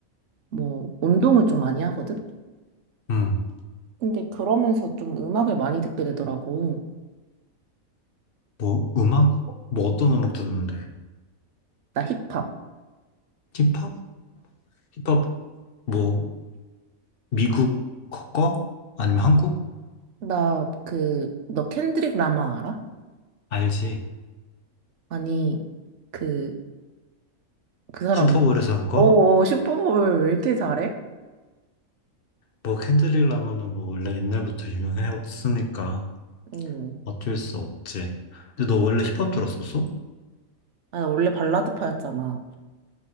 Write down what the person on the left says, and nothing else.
음.
뭐, 음악? 뭐, 어떤 음악 듣는데?
힙합? 힙합, 뭐, 미국 거? 아니면 한국?
알지?
슈퍼볼에서
한 거?
뭐, 캔드릴 라면은 뭐, 원래 옛날부터 유명했으니까
어쩔 수 없지. 근데 너 원래 힙합 들었었어?